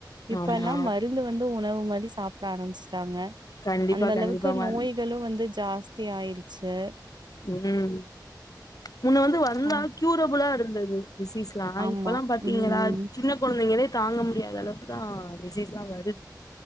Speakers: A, on the right; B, on the left.
A: இப்பெல்லாம்
B: ஆமா
A: மருந்து வ ந்து உணவு மாரி சாப்ட ஆரம்ஷ்ட்டாங்க
B: கண்டிப்பா
A: அந்த அளவுக்கு
B: கண்டிப்பாமா
A: நோய் களு வந்து ஜாஸ்தி ஆய்ருச்சு
B: ம் முன்ன வந்து வந்தா
A: அம்
B: க்யூரபுளா இருந்தது டிசீஸ் லா
A: ஆமா
B: இப்பல்லா பாத்திங்களா
A: ம்
B: சின்ன கொழந்தைங்களே தாங்க முடியாத அளவுக்கு தா டிசீஸ்லா வருது